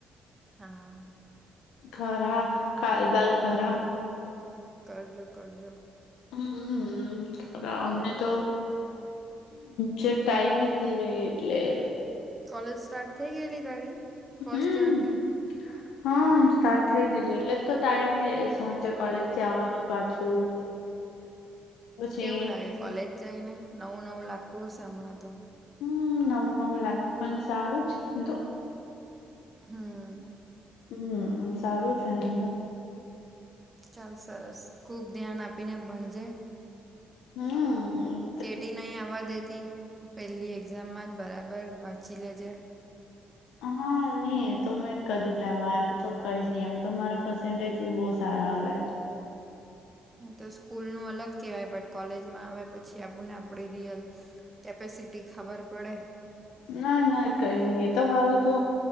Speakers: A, on the right (about 20°); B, on the left (about 85°).
A: હા.
B: કરા કાલબાલ કરા.
A: કરજો કરજો.
B: હમ હમ હમ અમને તો જે ટાઈમ નહીં રહે એટલે.
A: કોલેજ સ્ટાર્ટ થઇ ગયેલી તારી ફર્સ્ટ
B: હમ
A: યર તે.
B: હા સ્ટાર્ટ થઈ ગયેલી એટલે તો ટાઈમ નઈ મળે સાંજે કોલેજથી આવવાનું પાછું. પછી
A: કેવું લાગે કોલેજ જઈને નવું નવું લાગતું હશે હમણાં તો?
B: હમ નવું નવું લાગ્યું પણ સારું છે એમ તો.
A: હમ્મ
B: હમ સારું છે એમ તો.
A: ચાલ સરસ ખુબ ધ્યાન આપીને ભણજે.
B: હમ્મ
A: કેટી નહીં આવવા દેતી પહેલી એક્ઝામમાં જ બરાબર વાંચી લેજે.
B: હા નહી એ તો મે કરી જ લેવા એમ તો કઈ નહી એમ તો મારા પસેન્ટેજ બી બહું સારા આવે.
A: એહી તો સ્કૂલ નુ અલગ કહેવાય કોલેજમાં આવે પછી આપુંને આપણે રિયલ કેપેસિટી ખબર પડે.
B: ના ના કઈ નઈ તો મારું તો